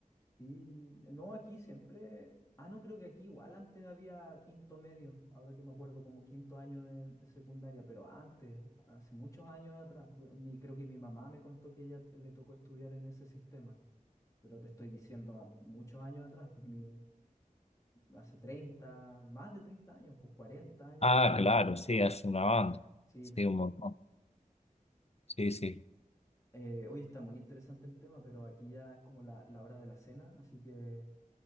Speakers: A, on the left; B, on the left.
A: Sí, no, aquí siempre. Ah, no, creo que aquí igual antes había quinto medio, ahora que me acuerdo, como quinto año de, de secundaria, pero antes, hace muchos años atrás, cre- mi- creo que mi mamá me contó que ella le tocó estudiar en ese sistema, pero te estoy diciendo a- muchos años atrás, pues mi, hace 30, más de 30 años, pues 40 años
B: Ah,
A: atrás.
B: claro, sí, hace una banda.
A: Sí,
B: Sí, un montón. Sí, sí.
A: eh, hoy está muy interesante el tema, pero aquí ya es como la, la hora de la cena, así que